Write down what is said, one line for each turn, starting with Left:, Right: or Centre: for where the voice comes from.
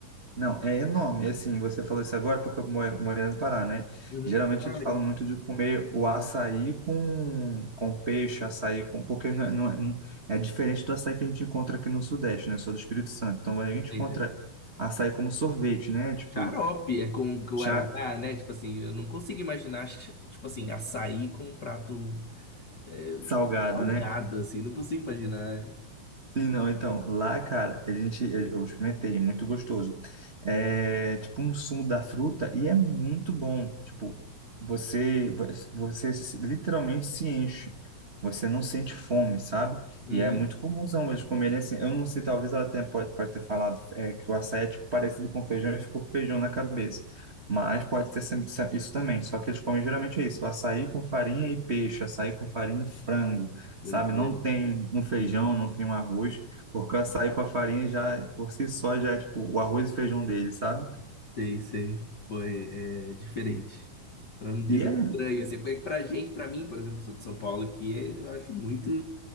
Right: Não, é enorme. E, Assim, você falou isso agora porque eu mo- morei no Pará, né?
Left: Uhum.
Right: Geralmente
Left: Ah,
Right: eles
Left: legal.
Right: falam muito de comer o açaí com, com peixe, açaí com. Porque não, é- não, é não- é diferente do açaí que a gente encontra aqui no Sudeste, né? Eu sou do Espírito Santo. Então a gente
Left: É
Right: encontra
Left: isso aí.
Right: açaí como sorvete, né? Tipo,
Left: Xarope é com guaraná,
Right: chá
Left: né? Tipo assim, eu não consigo imaginar, xa- tipo assim, açaí com um prato é,
Right: salgado,
Left: salgado,
Right: né?
Left: assim. Não consigo imaginar.
Right: Sim, não, então, lá, cara, a gente, eu experimentei, é muito gostoso. É tipo um sumo da fruta e é muito bom. Tipo, você, você se- literalmente se enche. Você não sente fome, sabe?
Left: Uhum.
Right: E é muito comumzão eles comerem assim. Eu não sei, talvez ela até pode, pode ter falado é, que o açaí é tipo parecido com feijão e ficou feijão na cabeça. Mas pode ter sempre isso também. Só que eles comem geralmente é isso: o açaí com farinha e peixe, açaí com farinha e frango
Left: Doideira.
Right: sabe? Não tem um feijão,
Left: Uhum.
Right: não tem um arroz, porque o açaí com a farinha já, por si só, já é tipo o arroz e feijão dele, sabe?
Left: Sei, sei. foi é, é diferente. Pra não dizer
Right: E é,
Left: estranho, assim, porque pra gente, pra mim, por exemplo, que sou de São Paulo, aqui, é- eu acho muito,